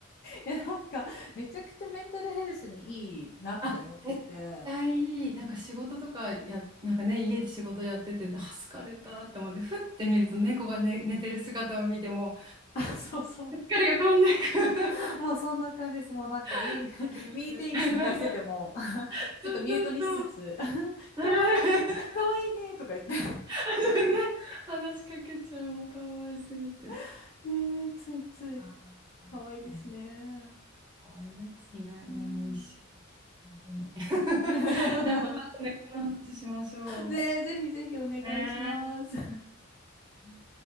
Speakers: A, on the left; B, on the right.
A: いや、なんか、めちゃくちゃメンタルヘルスにいいなって思ってて。
B: <laughs> あ、絶対いい、
A: <laughs>
B: なんか仕事とかや、なんかね、家で仕事やってて、あ、疲れたって思って、ふって見ると猫が、ね、寝てる姿を見ても、
A: あ、そうそう。
B: 疲れが飛んでく。
A: <laughs> もうそんな感じです。もうなんかミ、
B: <laughs>
A: <laughs>
B: あるある。
A: ミーティングとかしてても、
B: <laughs>
A: <laughs> ちょっとミュートにしつつ、
B: そうそうそう。<laughs>
A: <laughs>
B: あるある
A: かわいい、<laughs> かわいいねとか言って。
B: <laughs> ね、話しかけちゃう、もうかわいすぎて。
A: <laughs> ねえ、ついつい、
B: あ
A: かわいいですね。
B: ーね可愛いですね。
A: ね
B: いや、もう一生できる、本当に。<laughs> い
A: え
B: や、またね、
A: <laughs>
B: この話しましょう。
A: ねえ、ぜひぜひお願いします。
B: ねえ。